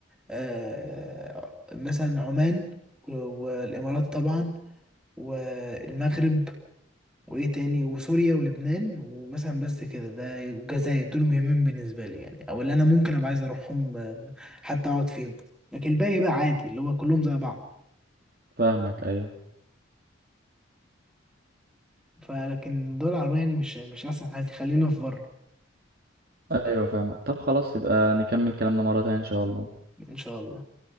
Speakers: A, in the centre; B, on the right.
A: آه مثلا عمان و- والامارات طبعا والمغرب وايه تاني وسوريا ولبنان ومثلا بس كده ده والجزائر دول مهمين بالنسبه لي يعني او اللي انا ممكن ابقى عايز اروحهم آه، حتى اقعد فيهم لكن الباقي بقى عادي اللي هو كلهم زي بعض
B: فاهمك ايوه
A: فلكن الدول العربيه يعني مش مش احسن حاجه خلينا في بره
B: ايوه فاهمك طب خلاص يبقى نكمل كلامنا مرة تانية ان شاء الله
A: ان شاء الله